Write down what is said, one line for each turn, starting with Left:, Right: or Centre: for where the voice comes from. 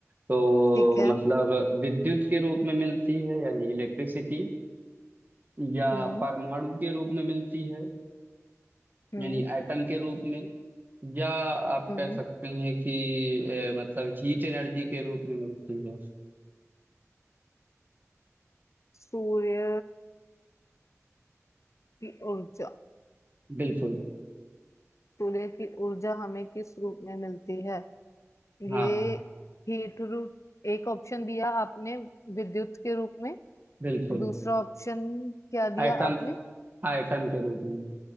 Right: तो
Left: ठीक है
Right: मतलब विद्युत के रूप में मिलती है यानी इलेक्ट्रिसिटी या
Left: हम्म
Right: परमाणु के रूप में मिलती है
Left: हम्म
Right: यानी एटम के रूप में या आप
Left: हम्म
Right: कह सकते हैं कि अ, मतलब हीट एनर्जी के रूप में मिलती है
Left: सूर्य की ऊर्जा
Right: बिल्कुल
Left: सूर्य की ऊर्जा हमें किस रूप में मिलती है
Right: हाँ
Left: ये
Right: हाँ
Left: हीट रूप एक ऑप्शन दिया आपने विद्युत के रूप में
Right: बिल्कुल
Left: दूसरा ऑप्शन क्या दिया
Right: एटम
Left: आपने
Right: एटम के रूप में